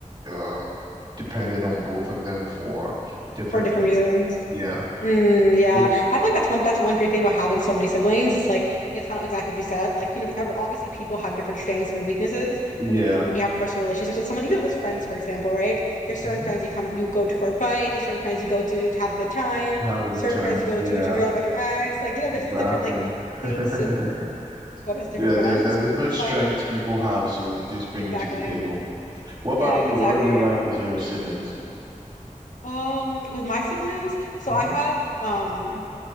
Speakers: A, on the right; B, on the left.
A: um, depended on both of them for different
B: For different
A: things.
B: reasons.
A: Yeah.
B: Mm, yeah,
A: So,
B: I think that's one that's one great thing about having so many siblings. It's like it's kind of exactly what you said. Like you know, ever, obviously people have different strengths and weaknesses,
A: yeah.
B: and when and when you have personal relationships with someone, even with friends, for example, right? There's
A: hmm
B: certain friends you come you go to for advice. There's certain friends you go to to have a good time.
A: To have a good
B: Certain
A: time.
B: friends you go
A: Yeah,
B: to to forget about your ex. Like you know, there's
A: exactly.
B: different like
A: <laughs>
B: things to go to with different
A: Yeah,
B: friends.
A: there's there's different
B: So
A: strengths
B: I
A: people have, so they just bring
B: exactly
A: it to the table. What
B: yeah
A: about
B: exactly
A: you? What are you
B: right.
A: like with your siblings?
B: Um, with my siblings, so
A: hmm
B: I have um